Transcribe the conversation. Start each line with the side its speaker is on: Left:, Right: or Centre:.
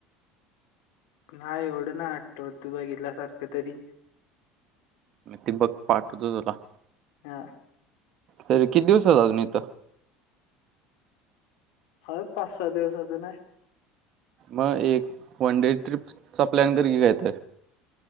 Left: ना एवढं ना आटतो तू बघितला सारखं तरी
Right: ते बघ पाठवतो तुला.
Left: हा
Right: तरी किती दिवस तुम्ही इथ.
Left: ह पाच सहा दिवस अजून आहे.
Right: मग एक वन डे ट्रिपचा प्लॅन कर की घेत.